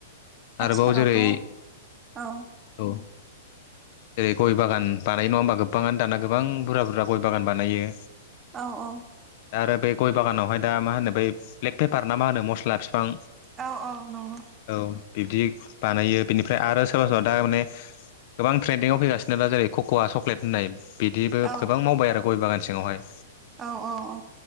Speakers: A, on the right; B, on the left.
A: आथिखालावथ'
B: आरोबाव जेरै
A: औ
B: औ। जेरै गय बागान बानायनाय नङा होमबा गोबाङानो दाना गोबां बुरजा बुरजा गय बागान बानायो।
A: औ औ।
B: दा आरो बे गय बागानावहाय दा मा होनो बै ब्लेक पेपार ना मा होनो मस्ला बिफां
A: औ औ नंगौ।
B: औ बिब्दि बानायो बिनिफ्राय आरो सोरबा सोरबा दा माने। गोबां ट्रेन्डिंआव फैगासिनो दा जेरै कक'व चक्लेट होननाय बिदिबो
A: औ
B: गोबां मावबाय आरो गय बागान सिङावहाय।
A: औ औ औ।